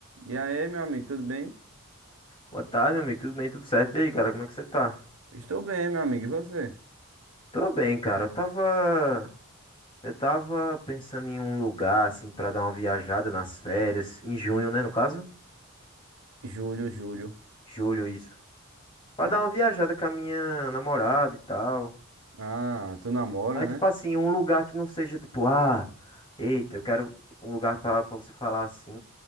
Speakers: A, on the right (about 65°); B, on the left (about 25°).
A: E aí, meu amigo, tudo bem?
B: Boa tarde, meu amigo. Tudo bem? Tudo certo? E aí, cara, como é que você tá?
A: Estou bem, meu amigo. E você?
B: Tô bem, cara. Eu tava. Eu tava pensando em um lugar, assim, pra dar uma viajada nas férias. Em junho, né? No caso?
A: Júlio, Júlio.
B: Julho, isso. Pra
A: Ra-
B: dar uma viajada com a minha namorada e tal.
A: Ah, tu namora,
B: Aí,
A: né?
B: tipo assim, um lugar que não seja tipo, ah, eita, eu quero um lugar pra, pra você falar assim,